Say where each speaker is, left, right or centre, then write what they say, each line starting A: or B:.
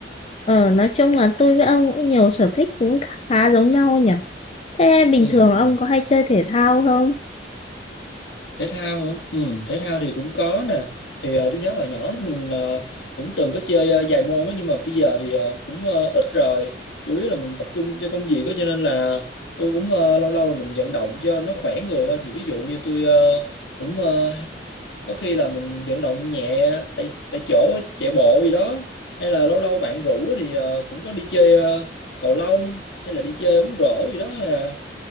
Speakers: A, on the left; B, on the left.
A: ờ, nói chung là tôi với ông cũng nhiều sở thích cũng khá giống nhau nhỉ. Thế bình
B: ừ.
A: thường ông có hay chơi thể thao không?
B: thể thao hả ừ, thể thao thì cũng có nè thì ờ, tôi nhớ hồi nhỏ thì mình ờ, cũng từng có chơi ờ, vài môn á nhưng mà bây giờ thì ờ, cũng ờ, ít rồi chủ yếu là mình tập trung cho công việc á cho nên là tôi cũng ờ, lâu lâu mình vận động cho nó khỏe người thôi thì ví dụ như tôi ờ, cũng ờ, có khi là mình vận động nhẹ tại tại chỗ chạy bộ gì đó hay là lâu lâu bạn rủ á thì ờ, cũng có đi chơi ờ, cầu lông hay là đi chơi bóng rổ gì đó Hay à.